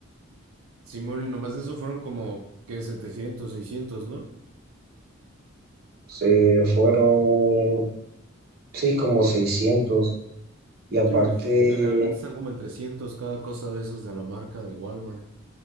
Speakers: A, on the right; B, on the right.
A: <laughs> Simón, y nomás de eso fueron como que 700 seiscientos ¿no?
B: Se fueron, sí, como 600 y aparte,
A: Sí, güey, generalmente están como en 300 cada cosa de esas de la marca de Walmart.